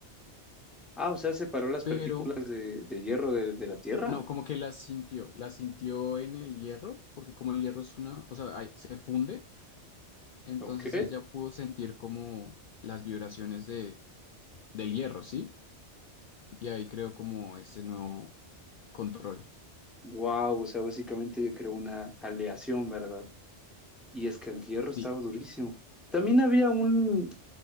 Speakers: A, in the centre; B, on the left (about 60°).
A: Ah, o sea, separó las
B: Pero
A: partículas de, de hierro de, de la Tierra.
B: no, como que las sintió, las sintió en el hierro, porque como el hierro es una, o sea, ahí se funde, entonces
A: Ok.
B: ella pudo sentir como las vibraciones de, del hierro, ¿sí? Y ahí creó como ese nuevo control.
A: Wow, o sea, básicamente yo creo una aleación, ¿verdad? Y es que el hierro
B: Sí,
A: estaba durísimo. También había un,